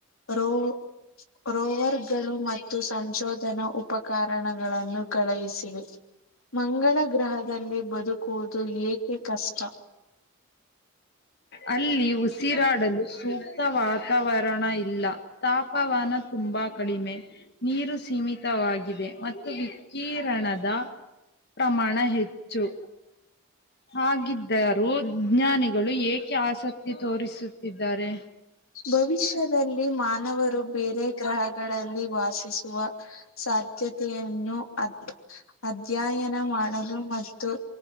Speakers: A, on the left (about 80°); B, on the left (about 50°).
A: ರೋ ರೋವರ್ಗಳು ಮತ್ತು ಸಂಶೋ ನ ಉಪಕಾರಣಗಳನ್ನು ಕಳುಹಿಸಿರಿ ಮಂಗಳ ಗ್ರಹದಲ್ಲಿ ಬದುಕುವುದು ಏಕೆ ಕಷ್ಟ
B: ಅಲ್ಲಿ ಉಸಿರಾಡಲು ಸೂಕ್ತ ವಾತಾವರಣ ಇಲ್ಲ ತಾಪವಾನ ತುಂಬಾ ಕಡಿಮೆ ನೀರು ಸೀಮಿತವಾಗಿದೆ ಮತ್ತು ವಿಕಿರಣದ ಪ್ರಮಾಣ ಹೆಚ್ಚು ಹಾಗಿದ್ದರೂಜ್ಞಾನಿಗಳು ಏಕೆ ಆಸಕ್ತಿ ತೋರಿಸುತ್ತಿದ್ದಾರೆ
A: ಭವಿಷ್ಯದಲ್ಲಿ ಮಾನವರು ಬೇರೆ ಗ್ರಹಗಳಲ್ಲಿ ವಾಸಿಸ ಸಾಧ್ಯತೆಯನ್ನು ಅ ಅಧ್ಯಯನ ಮಾಡಲು ಮತ್ತು